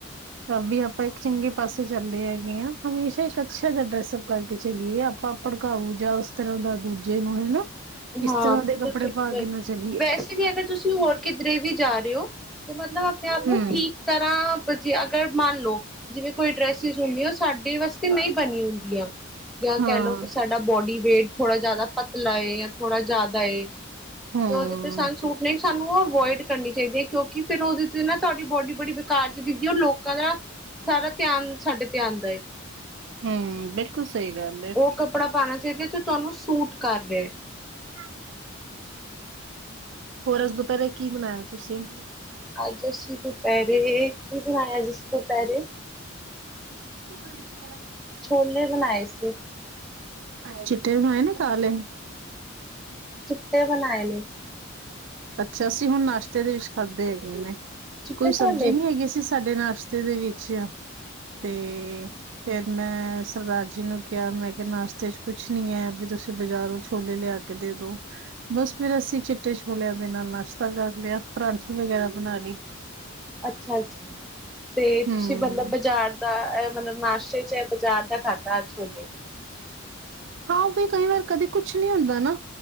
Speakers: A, on the right; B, in the centre.
A: ਤਾਂ ਵੀ ਆਪਾਂ ਇੱਕ ਚੰਗੇ ਪਾਸੇ ਚੱਲ ਰਹੇ ਹੈਗੇ ਹਾਂ, ਹਮੇਸ਼ਾ ਇੱਕ ਅੱਛਾ ਜਿਹਾ ਡਰੈਸਅਪ ਕਰਕੇ ਚਲੀਏ ਆਪਾਂ ਭੜਕਾਊ ਜਾਂ, ਉਸ ਤਰ੍ਹਾਂ ਦਾ ਦੂਜੇ ਨੂੰ ਹੈਨਾ
B: ਹਾਂ
A: ਇਸ ਤਰ੍ਹਾਂ
B: ਬਿਲਕੁਲ
A: ਦੇ ਕੱਪੜੇ
B: ਠੀਕ
A: ਪਾ
B: ਵ
A: ਕੇ ਨਾ ਚਲੀਏ।
B: ਵੈਸੇ ਵੀ ਅਗਰ ਤੁਸੀਂ ਹੋਰ ਕਿਧਰੇ ਵੀ ਜਾ ਰਹੇ ਹੋ ਤੇ ਮਤਲਬ ਆਪਣੇ ਆਪ ਨੂੰ
A: ਹਮ
B: ਠੀਕ ਤਰ੍ਹਾਂ ਜੀ ਅਗਰ ਮੰਨ ਲਓ ਜਿਵੇਂ ਕੋਈ ਡਰੈਸ ਹੁੰਦੀ ਉਹ ਸਾਡੇ ਵਾਸਤੇ ਨਹੀਂ ਬਣੀ ਹੁੰਦੀ ਆ। ਜਾਂ
A: ਹਾਂ
B: ਕਹਿ ਲਓ ਕਿ ਸਾਡਾ ਬੋਡੀ ਵੇਟ ਥੋੜ੍ਹਾ ਜਿਆਦਾ ਪਤਲਾ ਏ ਜਾਂ ਥੋੜ੍ਹਾ ਜ਼ਿਆਦਾ ਏ।
A: ਹਮ
B: ਤੇ ਉਹਦੇ ਤੇ ਸਾਨ ਸੂਟ ਨਹੀਂ ਸਾਨੂੰ ਅਵੋਇਡ ਕਰਨੀ ਚਾਹੀਦੀ ਹੈ ਕਿਉਂਕਿ ਫਿਰ ਉਹਦੇ ਤੇ ਨਾ ਤੁਹਾਡੀ ਬੋਡੀ ਬੜੀ ਘਰ ਚ ਦਿੰਖਦੀ ਹੈ ਔਰ ਲੋਕਾਂ ਦਾ ਸਾਰਾ ਧਿਆਨ ਸਾਡੇ ਤੇ ਆਉਂਦਾ ਏ।
A: ਹੂੰ ਬਿਲਕੁਲ ਸਹੀ ਗੱਲ
B: ਉਹ ਕੱਪੜਾ ਪਾਉਣਾ ਚਾਹੀਦਾ ਤੇ ਤੁਹਾਨੂੰ ਸੂਟ ਕਰ ਰਿਆ।
A: ਹਾਂ ਹੋਰ ਅਜ ਦੁਪਹਿਰੇ ਕੀ ਬਣਾਇਆ ਤੁਸੀਂ
B: ਅੱਜ ਅਸੀਂ ਦੁਪਹਿਰੇ, ਕੀ ਬਣਾਇਆ ਅੱਜ ਅਸੀਂ ਦੁਪਹਿਰੇ
A: ਹਮ
B: ਛੋਲੇ ਬਣਾਏ ਸੀ
A: ਚਿੱਟੇ ਬਣਾਏ ਨੇ ਕਾਲੇ
B: ਚਿੱਟੇ ਬਣਾਏ ਨੇ
A: ਅੱਛਾ ਅਸੀਂ ਹੁਣ ਨਾਸ਼ਤੇ ਦੇ ਵਿੱਚ ਖਾਧੇ ਹੈਗੇ ਨੇ,
B: ਚਿੱਟੇ
A: ਕੋਈ
B: ਛੋਲੇ
A: ਸਬਜ਼ੀ ਨੀ ਹੈਗੀ ਸੀ ਸਾਡੇ ਨਾਸ਼ ਨਾਸ਼ਤੇ ਦੇ ਵਿੱਚ, ਤੇ ਫਿਰ ਮੈਂ ਸਰਦਾਰ ਜੀ ਨੂੰ ਕਿਹਾ ਮੈਂ ਕਿਹਾ ਨਾਸ਼ਤੇ ਚ ਕੁਛ ਨੀ ਹੈ ਵੀ ਤੁਸੀਂ ਬਾਜ਼ਾਰੋਂ ਛੋਲੇ ਲਿਆ ਦੋ ਦੇ ਦੋ, ਬਸ ਫੇਰ ਅਸੀਂ ਚਿੱਟੇ ਛੋ ਛੋਲਿਆਂ ਦੇ ਨਾਲ ਨਾਸ਼ਤਾ ਕਰ ਲਿਆ, ਪਰਾਂਠੇ ਵਗੈਰਾ ਬਣਾ ਲਈ
B: ਅੱਛਾ, ਅੱਛਾ ਤੇ
A: ਹੂੰ।
B: ਤੁਸੀਂ ਮਤਲਬ ਬਾਜ਼ਾਰ ਤ ਇਹ ਮਤਲਬ ਨਾਸ਼ਤੇ ਚ ਬਾਜ਼ਾਰ ਦਾ ਖਾਧਾ ਅੱਜ ਛੋਲੇ
A: ਹਾਂ ਵੀ ਕਈ ਵਾਰ ਕਦੇ ਕੁਛ ਨੀ ਹੁੰਦਾ ਨਾ,